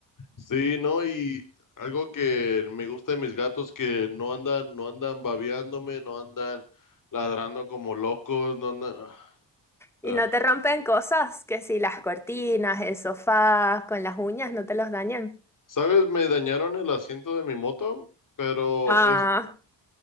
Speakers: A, on the left (about 45°); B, in the centre.
A: Sí, ¿no? Y algo que me gusta de mis gatos que no andan, no andan babeándome, no andan ladrando como locos, no andan. Ah,
B: Y
A: ah.
B: no te rompen cosas, que si las cortinas, el sofá, con las uñas no te los dañan.
A: ¿Sabes? Me dañaron el asiento de mi moto, pero
B: Ah,
A: es,